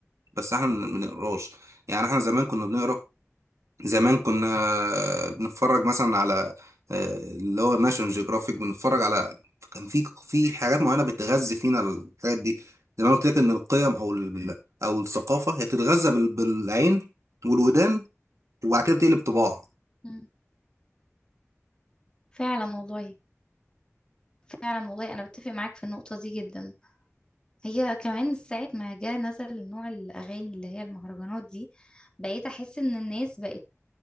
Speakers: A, on the right (about 80°); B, on the left (about 20°).
A: بس احنا ما بنقراش يعني احنا زمان كنا بنقرا زمان كنا آه، بنتفرج مثلا على آه، اللي هو ناشونال جيوغرافيك بنتفرج على كان في في حاجات معينه بتغذي فينا الحاجات دي زي ما أنا قلت لك ان القيم او ال- او الثقافه هي بتتغذى بال- بالعين والودان وبعد كده بتقلب طباع
B: مم. فعلا والله فعلا والله انا بتفق معاك في النقطة دي جدا هي كمان ساعة ما جه نزل نوع الأغاني اللي هي المهرجانات دي بقيت أحس إن الناس بقت